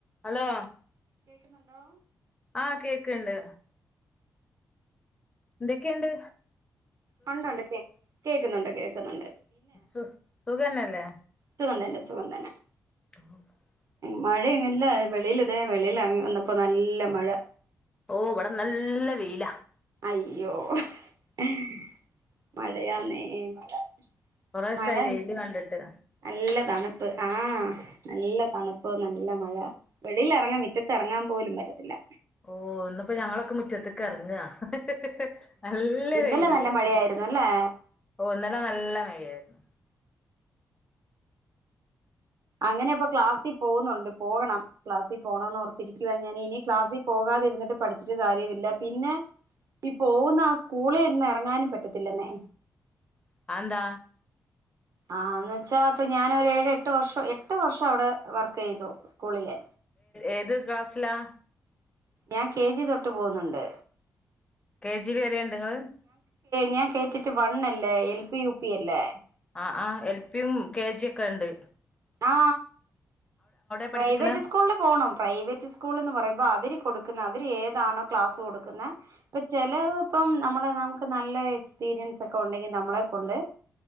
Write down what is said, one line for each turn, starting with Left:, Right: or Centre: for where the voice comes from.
Left: Hello
Right: hello
Left: ആ കേക്കുണ്ട് എന്തൊക്കെണ്ട്
Right: <inaudible> കേൾക്കുന്നുണ്ട് കേൾക്കുന്നുണ്ട്
Left: സുഖം തന്നെ അല്ലേ
Right: സുഖം തന്നെ സുഖം തന്നെ
Left: <unintelligible>
Right: മഴയാണെങ്കിലെ വെളിയിൽ ദേ വെളിയിലിറങ്ങി വന്നപ്പോൾവന്നപ്പോൾ നല്ല മഴ
Left: ഓ ഇവിടെ നല്ല വെയില.
Right: അയ്യോ അഹ് മഴയാന്നെ മഴ
Left: കൊറേസായി
Right: മഴ
Left: വെയില് കണ്ടിട്ട്
Right: നല്ല തണുപ്പ് ആ നല്ല തണുപ്പ് നല്ല മഴ വെളിയിൽ ഇറങ്ങൻ മിറ്റത് ഇറങ്ങൻ പോലും പറ്റത്തില്ല
Left: ഓ ഇന്ന് ഇപ്പൊ ഞങ്ങളൊക്കെ മുറ്റത്തേക്ക് ഇറങ്ങ ഹിഹിഹി നല്ല
Right: ഇന്നലെ
Left: വെയിൽ
Right: നല്ല
Left: ഇവിടെ
Right: മഴയായിരുന്നു അല്ലേ
Left: നല്ല മഴ ആയിരുന്നു
Right: അങ്ങനെയപ്പം ക്ലാസ്സിൽ പോകുന്നുണ്ട് പോകണം ക്ലാസിൽ പോണം ഓർത്തിരിക്കുവ ഞാൻ ഇനി ക്ലാസ്സിൽ പോകാതിരുന്നിട്ട് പഠിച്ചിട്ട് കാര്യമില്ല പിന്നെ ഈ പോവുന്ന ആ സ്കൂളിന്ന് ഇറങ്ങാനും പറ്റത്തില്ലന്നെ
Left: അത് എന്താ
Right: ആ എന്നുവച്ചാ ഞാൻ ഒരു ഏഴ് എട്ട് വർഷം എട്ട് വർഷം അവിടെ വർക്ക് ചെയ്തു സ്കൂളില്
Left: ഏത് ക്ലാസ്സിലാ
Right: ഞാൻ കെജി തൊട്ട് പൊന്നുണ്ട്
Left: കെ ജി ല് വരെ ഉണ്ടോ നിങ്ങളു
Right: ഞാൻ കേട്ടിട്ട് വൺ അല്ലെ എൽ പി യു പി അല്ലെ
Left: ആആ ൽ പി യും കെ ജി ഒക്കെ ഉണ്ട്.
Right: ആ
Left: പഠിപ്പിക്കണെ
Right: പ്രൈവറ്റ് സ്കൂളിൽ പോണം പ്രൈവറ്റ് സ്കൂൾന്ന് പറയുമ്പോ അവര് കൊടുക്കു ന്ന അവര് ഏതാണോ ക്ലാസ് കൊടുക്കുന്നെ ഇപ്പൊ ചിലർ ഇപ്പം നമ്മൾ നമുക്ക് നല്ല എക്സ്പീരിയൻസ് ഒക്കെ ഉണ്ടെങ്കിൽ നമ്മളെ കൊണ്ട്